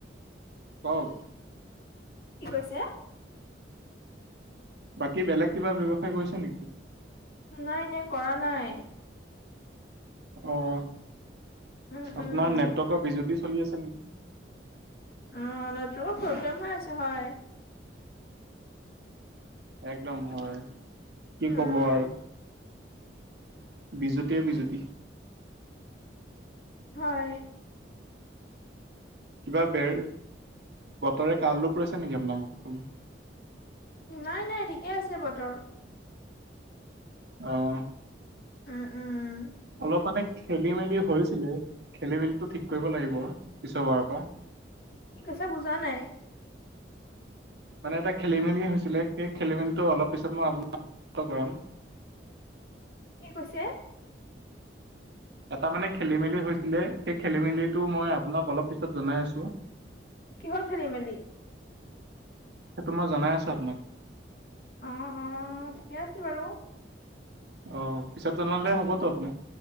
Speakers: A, on the right; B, on the left.
A: কওক।
B: কি কৈছে?
A: বাকী বেলেগ কিবা ব্যৱসায় কৰিছে নেকি?
B: নাই নাই, কৰা নাই।
A: অ' আপোনাৰ
B: উম উম
A: নেটৱৰ্কৰ বিজুতি চলি আছে নেকি?
B: অ' নেটৱৰ্কত প্ৰব্লেম হৈ আছে হয়।
A: একদম হয়, কি
B: উম
A: ক'ব আৰু। বিজুতিয়ে, বিজুতি।
B: হয়।
A: কিবা বেৰ, বতৰে কালৰোপ লৈছে নেকি আপোনালোক ফালে?
B: নাই নাই, ঠিকে আছে বতৰ।
A: অ'।
B: উম, উম।
A: অলপ মানে খেলি মেলি হৈছিলে, খেলি মেলিতো ঠিক কৰিব লাগিব পিছৰবাৰৰ পৰা।
B: কি কৈছে বুজা নাই।
A: মানে এটা খেলি মেলি হৈছিলে, সেই খেলি মেলিটো অলপ পিছত মই আপোনক <unintelligible> কৰাম।
B: কি কৈছে?
A: এটা মানে খেলি মেলি হৈছিলে, সেই খেলি মেলিটো মই আপোনাক অলপ পিছত জনাই আছোঁ।
B: কিহৰ খেলি মেলি?
A: সেইটো মই জনাই আছোঁ আপোনাক।
B: অ অ' ঠিকে আছে বাৰু।
A: অ' পিছত জনালে হ'বতো আপোনাৰ?